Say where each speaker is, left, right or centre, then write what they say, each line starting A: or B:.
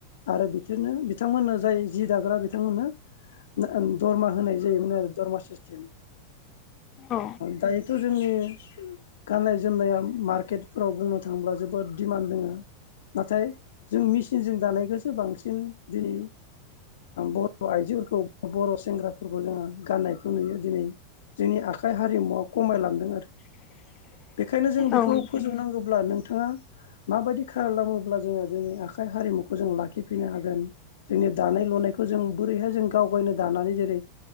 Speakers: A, on the left; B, on the left.
A: आरो बिदिनो बिथांमोननो जाय जि दाग्रा बिथांमोननो दरमा होनाय जायोमोन आरो दरमा सिस्टेम।
B: औ
A: दायोथ' जोंनि गाननाय जोमनाया मार्केटफोराव बुंनो थाङोब्ला जोबोद दिमान्ड दोङो। नाथाय जों मेचिनजों दानायखौसो बांसिन दिनै बर' आइजोफोरखौ बर' सेंग्राफोरखौ जोङो गाननायखौ नुयो दिनै। जोंनि आखाइ हारिमुवा खमायलांदों आरो।
B: <inaudible>
A: बेखायनो जों बेखौ
B: नोंथां
A: फोजोबनांगौब्ला नोंथाङा माबायदि खालामोब्ला जोङो जोंनि आखाइ हारिमु खौ जों लाखिफिननो हागोन जोंनि दानाय लुनायखौ जों बोरैहाय जों गावगायनो दानानै जेरै